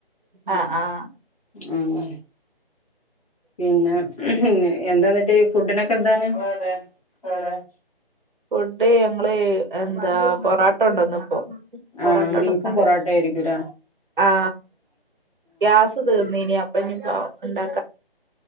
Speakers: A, on the right; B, on the left.
A: ആഹ് ആഹ്
B: ആ പിന്നെ എന്താന്നിട്ട് ഫുഡിനൊക്കെ എന്താണ് ആണ
A: ഫുഡ് ഞങ്ങള് എന്താ പൊറോട്ട കൊണ്ടോന്ന്പ്പം പൊറോട്ടണ്ടോന്നാണ്ട്
B: ആഹ് ബീഫും പൊറോട്ടയും ആയിരിക്കൂലേ
A: ആ ഗ്യാസ് തീർന്നീനി അ പ്പഞ്ഞിപ്പോ ണ്ടാ